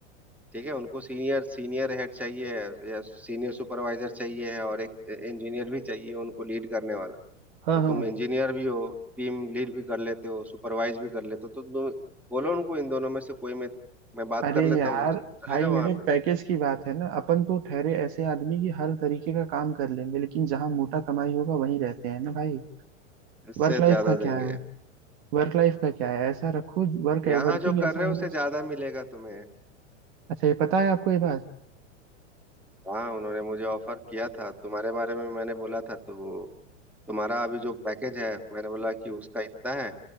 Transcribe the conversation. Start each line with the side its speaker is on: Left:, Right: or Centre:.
Centre: ठीक है उनको सीनियर सीनियर हेड चाहिए है या सीनियर सुपरवाइजर चाहिए है और एक इंजीनियर भी चाहिए उनको लीड करने वाला
Right: हाँ
Centre: तो तुम
Right: हाँ
Centre: इंजीनियर भी हो टीम लीड भी कर लेते हो सुपरवाइज भी कर लेते हो तो तुम बोलो उनको इन दोनों में से कोई मैं मैं बात
Right: अरे
Centre: कर लेता
Right: यार
Centre: हूँ उनसे चले
Right: भाई
Centre: जाओ वहाँ
Right: मेरे
Centre: पे
Right: पैकेज की बात है ना अपन तो ठहरे ऐसे आदमी की हर तरीके का काम कर लेंगे लेकिन जहां मोटा कमाई होगा वहीं रहते हैं ना भाई
Centre: इससे
Right: वर्क लाइफ
Centre: ज्यादा
Right: का
Centre: देंगे
Right: क्या है वर्क लाइफ का क्या है ऐसा रखो वर्क
Centre: यहाँ
Right: वर्किंग
Centre: जो कर
Right: ऐसा
Centre: रहे
Right: होना
Centre: हो उससे
Right: चाहिए
Centre: ज्यादा मिलेगा तुम्हें
Right: अच्छा ये पता है आपको ये बात
Centre: हाँ उन्होंने मुझे ऑफर किया था तुम्हारे बारे में मैंने बोला था तो वो तुम्हारा अभी जो पैकेज है मैंने बोला कि उसका इतना है